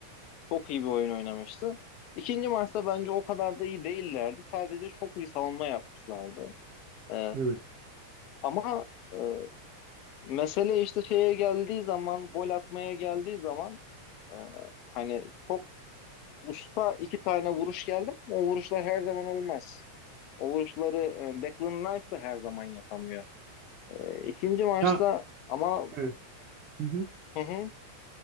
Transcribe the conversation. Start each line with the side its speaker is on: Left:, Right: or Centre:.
Left: çok iyi bir oyun oynamıştı. İkinci maçta bence o kadar da iyi değillerdi. Sadece çok iyi savunma yapmışlardı. E,
Right: Evet.
Left: ama e, Mesele işte şeye geldiği zaman, gol atmaya geldiği zaman e, hani çok usta iki tane vuruş geldi ama o vuruşlar her zaman olmaz. O vuruşları e, Declan Rice de her zaman yapamıyor. E, ikinci maçta
Right: Ya
Left: ama
Right: evet. Hı hı.
Left: hı hı,